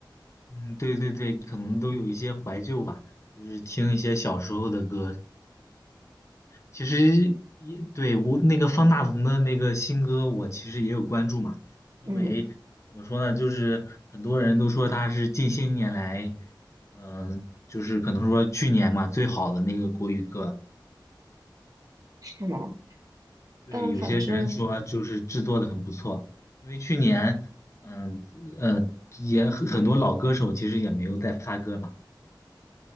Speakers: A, on the left; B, on the right.
A: 嗯，对对对，可能都有一些怀旧吧，就是听一些小时候的歌，其实也对我那个方大同的那个新歌，我其实也有关注嘛，因为怎么说呢，
B: 嗯，
A: 就是很多人都说他是近些年来，嗯、就是可能说去年嘛最好的那个国语歌，
B: 是吗？
A: 对，
B: 但反正
A: 有些人说就是制作的很不错，因为去年，嗯呃，呃也很很多老歌手其实也没有在发歌嘛。